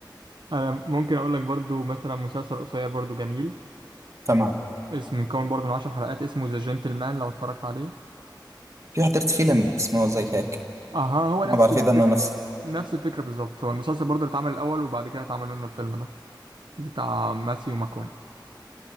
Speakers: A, on the right; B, on the right.
A: أنا ممكن أقول لك برضو مثلا مسلسل قصير برضو جميل
B: <laughs> تمام
A: اسمه مكون برضو من عشر حلقات اسمه ذا جنتلمان لو اتفرجت عليه
B: في حضرت فيلم اسمه زي هيك
A: أها هو
B: ما
A: نفس
B: بعرف
A: الفكر
B: اذا انه نفس
A: نفس الفكرة بالظبط هو المسلسل برضو اللي اتعمل الأول وبعد كده اتعمل منه الفيلم ده بتاع ماثيو ماكوني